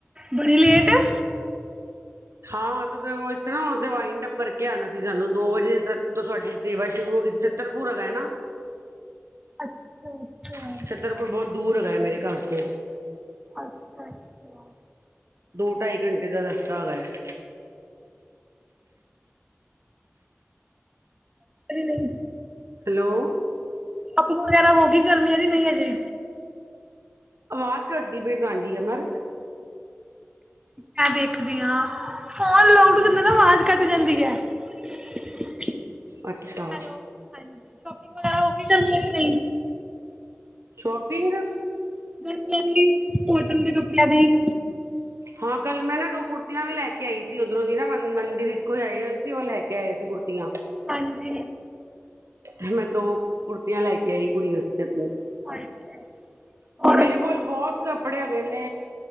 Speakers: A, on the right; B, on the right.
A: ਬੜੀ ਲੇਟ <inaudible>
B: ਹਾਂ ਤੁ ਇੱਥੇ ਨਾ ਦਿਵਾਈ ਟੱਪਰ ਕੇ ਆਉਣਾ ਸੀ ਸਾਨੂੰ ਦੋ ਵਜੇ ਤੋਂ ਸਾਡੀ ਸੇਵਾ ਸ਼ੁਰੂ ਹੋ ਗਈ ਸੀ ਛੱਤਰਪੁਰ ਹੈਗਾ ਨਾ।
A: ਅੱਛਾ -ਅੱਛਾ
B: ਛਤਰਪੁਰ ਬਹੁਤ ਦੂਰ ਹੈਗਾ ਮੇਰੇ <inaudible> ਘਰ ਤੋਂ
A: ਅੱਛਾ -ਅੱਛਾ
B: ਦੋ ਢਾਈ ਘੰਟੇ ਦਾ ਰਸਤਾ ਹੈਗਾ ਹੈ। <inaudible>
A: <inaudible> ਨਹੀਂ
B: ਹੈਲੋ
A: ਸ਼ੋਪਿੰਗ ਵਗੈਰਾ ਹੋ ਗਈ ਗਰਮੀਆਂ ਦੀ ਨਹੀਂ ਹਜੇ
B: ਆਵਾਜ਼ ਘੱਟਦੀ ਪਈ ਤੁਹਾਡੀ ਅਮਰ
A: ਮੈਂ ਦੇਖਦੀ ਹਾਂ ਫੋਨ <unintelligible> ਆਵਾਜ਼ ਕੱਟ ਜਾਂਦੀ ਹੈ ਹੈਲੋ
B: ਅੱਛਾ
A: ਹਾਂਜੀ <inaudible> ਵੈ ਉਹ ਵੀ ਕਰਨ ਦੀ ਹੈ ਵੀ ਨਹੀਂ।
B: ਸ਼ੋਪਿੰਗ
A: ਗਰਮੀਆਂ ਦੀ ਕੋਟਨ ਦੇ ਕੱਪੜਿਆਂ ਦੀ
B: ਹਾਂ ਕੱਲ ਮੈਂ ਨਾ ਦੋ ਕੁੜਤੀਆਂ ਵੀ ਲੈ ਕੇ ਆਈ ਸੀ ਉਧਰੋਂ ਦੀ ਨਾ ਮੰਦਿਰ ਵਿੱਚ ਕੋਈ ਆਏ ਹੋਏ ਸੀ ਉਹ ਲੈ ਕੇ ਆਏ ਸੀ ਕੁੜਤੀਆਂ
A: ਹਾਂਜੀ
B: ਤੇ ਮੈਂ ਦੋ ਕੁੜਤੀਆਂ ਲੈ ਕੇ ਆਈ ਕੁੜੀ ਵਾਸਤੇ ਆਪਣੀ
A: <inaudible> ਔਰ
B: ਮੇਰੇ ਕੋਲ ਬਹੁਤ ਕੱਪੜੇ ਕਹਿੰਦੇ